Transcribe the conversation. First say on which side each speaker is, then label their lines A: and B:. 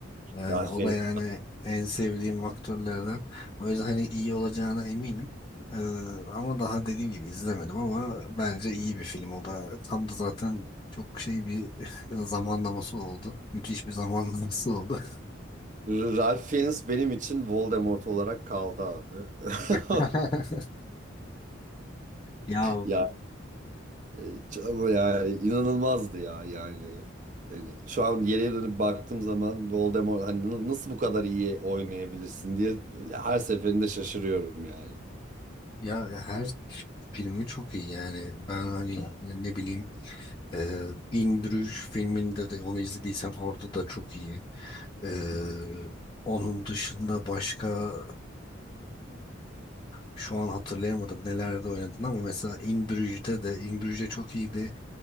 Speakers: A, on the left; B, on the right.
A: Ee,
B: Ya seni
A: o da yani en sevdiğim aktörlerden. O yüzden hani iyi olacağına eminim. Ee, ama daha dediğim gibi izlemedim ama bence iyi bir film o da. Tam da zaten çok şey bir <laughs> zamanlaması oldu. Müthiş bir zamanlaması oldu.
B: Ralph Fiennes benim için Voldemort olarak kaldı abi. <laughs>
A: <laughs> Ya
B: Ya e, ç- ama yani inanılmazdı ya yani. Yani şu an geriye dönüp baktığım zaman Voldemort hani n- nasıl bu kadar iyi oynayabilirsin diye her seferinde şaşırıyorum yani.
A: ya her filmi çok iyi yani. Ben hani ne bileyim e, In Bruges filminde de onu izlediysen orada da çok iyi. Ee,
B: Hı hı.
A: onun dışında başka Şu an hatırlayamadım nelerde oynadın ama mesela In Bruges'de de In Bruges çok iyiydi.